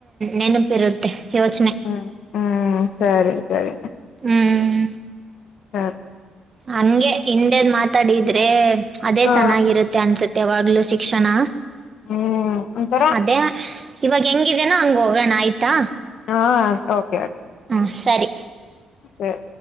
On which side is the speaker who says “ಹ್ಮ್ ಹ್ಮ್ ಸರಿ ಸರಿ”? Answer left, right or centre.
Left